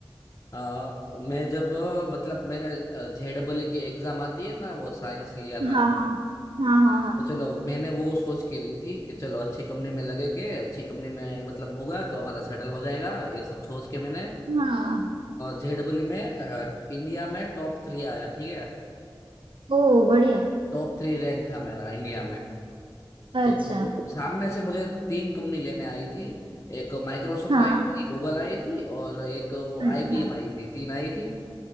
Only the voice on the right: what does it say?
हाँ
हाँ हाँ हाँ
हाँ हाँ
ओ बढ़िया
अच्छा
हाँ
अच्छा